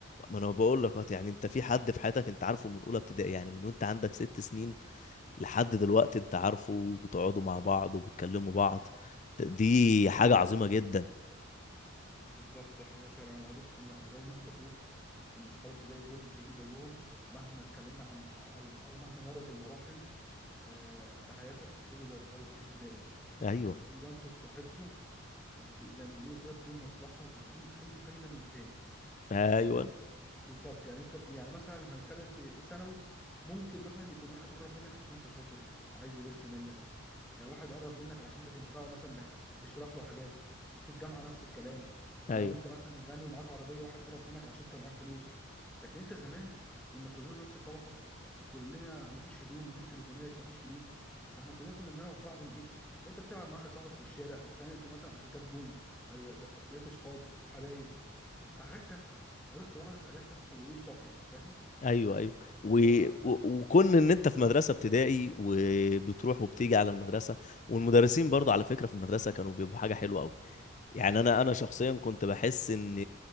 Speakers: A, on the left; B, in the centre.
A: ما أنا بقول لك أهو، يعني أنت في حد في حياتك أنت عارفه من أولى ابتدائي يعني من وأنت عندك ست سنين لحد دلوقتي أنت عارفه وبتقعدوا مع بعض وبتكلموا بعض دي حاجة عظيمة جدا
B: بالظبط ده حقيقة فعلا انا بص انا انا دايما بشوف ان صحاب ابتدائي دول مش هيجي زيهم مهما اتكلمنا عن او او مهما مرت المراحل آه، في حياتك مش هيجي زي صحاب ابت- ابتدائي دول
A: أيوه
B: ان هو انتوا اتصاحبتوا ب- زي ما بيقولوا كده بدون مصلحة وبدون أي فايدة من التاني
A: أيوه
B: بالظبط يعني انت يعني مثلا لو هنتكلم في ثانوي ممكن مثلا يكون واحد قرب منك عشان انت شاطر عايز يغش منك آه، واحد قرب منك عشان انت تنفعه مثلا بح... تشرح له حاجات في الجامعه نفس الكلام لو
A: أيوه
B: انت مثلا غني ومعاك عربيه واحد قرب منك عشان انت معاك فلوس لكن انت زمان كنا كلنا نفس الطبقه كلنا مفيش هدوم مفيش تليفونات مفيش فلوس فاحنا كلنا كنا بنعرف بعض من ايه انت بتلعب مع واحد صاحبك في الشارع اتخانقتوا مثلا عشان جاب جون آه، ب- بقيتوا صحاب وحبايب في حاجات تافهه عرفت بعض في حاجات تافهه وقلوب صافيه فاهم
A: ايوه ايوه و...
B: اه ف... ف...
A: و... وكون ان انت في مدرسه ابتدائي وبتروح وبتيجي على المدرسه والمدرسين برضه على فكره في المدرسه كانوا بيبقوا حاجه حلوه قوي يعني انا انا شخصيا كنت بحس ان